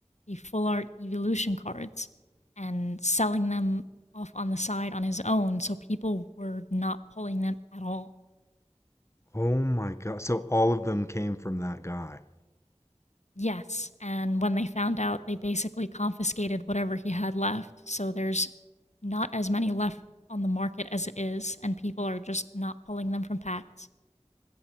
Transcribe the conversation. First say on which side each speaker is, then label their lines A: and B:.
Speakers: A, on the left; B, on the left.
A: the full art Evolution cards and selling them off on the side on his own, so people were not pulling them at all.
B: oh my God. So all of them came from that guy.
A: Yes, and when they found out, they basically confiscated whatever he had left. So there's not as many left on the market as it is, and people are just not pulling them from packs.